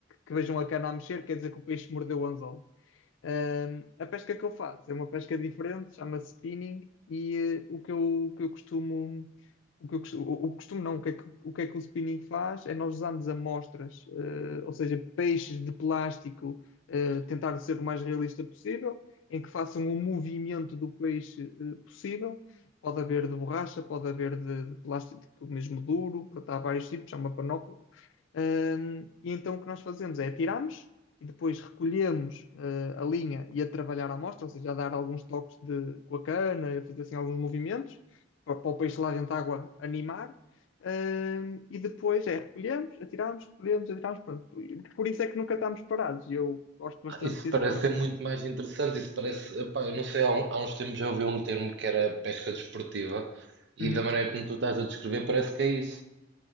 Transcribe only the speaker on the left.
que vejam a cana a mexer, quer dizer que o peixe mordeu o anzol. Ahm, a pesca que eu faço é uma pesca diferente, chama-se spinning, e eh, o que eu, o que eu costumo, o que eu costumo, o, o costumo não, o que é que, o que é que o spinning faz é nós usamos amostras, eh, ou seja, peixes de plástico, eh, tentar ser o mais realista possível, em que façam o movimento do peixe, eh, possível. Pode haver de borracha, pode haver de, de plástico mesmo duro, portanto, há vários tipos, é uma panóplia. Ahm, e então o que nós fazemos é atiramos e depois recolhemos eh, a linha e a trabalhar a amostra, ou seja, a dar alguns toques de, com a cana, a fazer assim alguns movimentos para, para o peixe lá dentro da água animar. Ahm, e depois é recolhemos, atiramos, recolhemos, atiramos, pronto. Por isso é que nunca estamos parados. e Eu gosto bastante
disso.
Por...
Uhum.